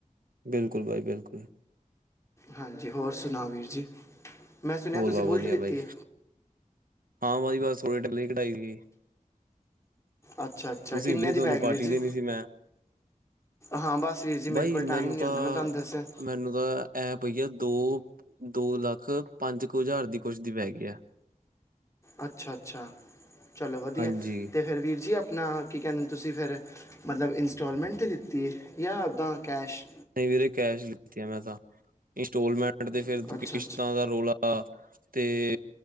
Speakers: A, on the right; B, on the left.
A: ਬਿਲਕੁਲ, ਬਾਈ ਬਿਲਕੁਲ।
B: ਹਾਂਜੀ ਹੋਰ ਸਨਾਓ ਵੀਰ ਜੀ, ਮੈਂ ਸੁਨੇਆ
A: ਹੋਰ
B: ਤੁਸੀਂ
A: ਵਾ
B: ਬੁਲਟ
A: ਵਧੀਆ
B: ਲਿੱਤੀ
A: ਬਾਈ
B: ਐ।
A: ਹਾਂ, ਬਾਈ ਬਸ ਸੋਰੇ ਡੱਬਲੀ ਕਢਾਈ ਸੀ।
B: ਅੱਛਾ-ਅੱਛਾ,
A: ਤੁਸੀਂ
B: ਕਿੰਨੇ
A: ਮਿਲਣੀ
B: ਦੀ
A: ਤੁਹਾਨੂੰ
B: ਪੈਗੀ
A: ਪਾਰਟੀ
B: ਵੀਰ ਜੀ।
A: ਦੇਣੀ ਸੀ ਮੈਂ
B: ਹਾਂ ਬਸ ਵੀਰ ਜੀ ਮੇਰੇ
A: ਬਾਈ
B: ਕੋਲ ਟਾਈਮ
A: ਮੈਨੂੰ
B: ਨੀ ਹੁੰਦਾ
A: ਤਾਂ
B: ਮੈਂ ਤਾਨੂੰ ਦੱਸੇਐ।
A: ਮੈਨੂੰ ਤਾਂ ਐਂ ਪਈ ਐ ਦੋ, ਦੋ ਲੱਖ-ਪੰਜ ਕੁ ਜ਼ਾਰ ਦੀ ਕੁੱਛ ਦੀ ਪੈ ਗਈ ਐ।
B: ਅੱਛਾ-ਅੱਛਾ, ਚਲੋ ਵਦੀਐ
A: ਹਾਂਜੀ
B: ਤੇ ਫੇਰ ਵੀਰ ਜੀ ਆਪਨਾ ਕੀ ਕੈਂਦੇ ਨੇ ਤੁਸੀਂ ਫੇਰ ਮਤਲਬ ਇੰਸਟੋਲਮੈਂਟ ਤੇ ਲਿੱਤੀ ਏ ਜਾਂ ਓਦਾਂ ਕੈਸ਼।
A: ਨਈਂ ਵੀਰੇ ਕੈਸ਼ ਲਿੱਤੀ ਮੈਂ ਤਾਂ, ਇੰਸਟੋਲਮੈਂਟ ਤੇ ਫੇਰ
B: ਅੱਛਾ
A: ਕਿਸ਼ਤਾਂ
B: ਅੱਛਾ
A: ਦਾ ਰੌਲਾ। ਤੇ